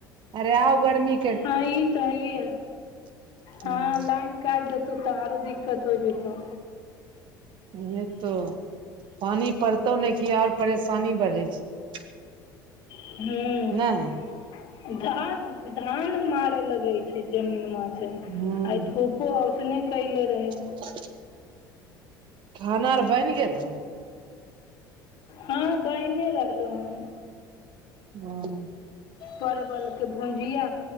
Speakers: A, on the right; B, on the left.
A: अरे आउ गरमी
B: हँ ई तऽ हइय ह
A: <unintelligible> ह
B: हँ लाइन काटि देतौ तऽ आरो दिक्कत हो जेतौ
A: नै तऽ पानी पड़तौ ने क ओर परेशानी बढ़ै छै
B: हुँ
A: नहि
B: धान धान मारे लगे छै जमीन मे
A: हूँ
B: आइ धूपो आ से नहि कयले रहै
A: ह <inaudible> खाना आर बनि गेलौ
B: हँ बैने रहलहु हन
A: हँ
B: परवलके भुजिया